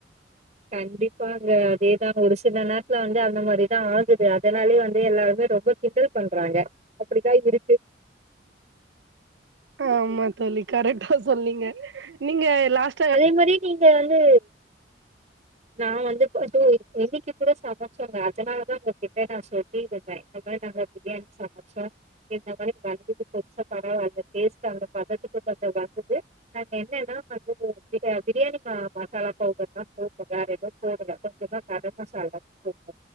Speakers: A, on the right (about 40°); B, on the right (about 80°).
A: கண்டிப்பாங்க அதேதா ஒரு சில நேரத்துல வந்து அந்த மாரிதா ஆகுது அதனாலயே வந்து எல்லாருமே ரொம்ப கிண்டல் பண்றாங்க அப்படிதா இருக்கு
B: ஆமா தோழி கரெக்டா சொன்னீங்க நீங்க லாஸ்ட்
A: அதே மாரி நீங்க வந்து நா வந்து அது என்னைக்கு கூட சமைச்சிர்ற அதனால தா உங்ககிட்ட நா சொல் தி கேட்ட இந்த மாரி நாங்க பிரியாணி சமச்சு இந்த மாரி வந்தது கொஞ்ச பரவால்ல அந்த டேஸ்ட் அந்த பதத்துக்குந்த வந்தது அது என்னனா வந்து பிரி பிரியாானி மசாலா பவுடர் தா போட் ட வேற ஏது போடல கொஞ்சமா கரம் மசாலா போட்ட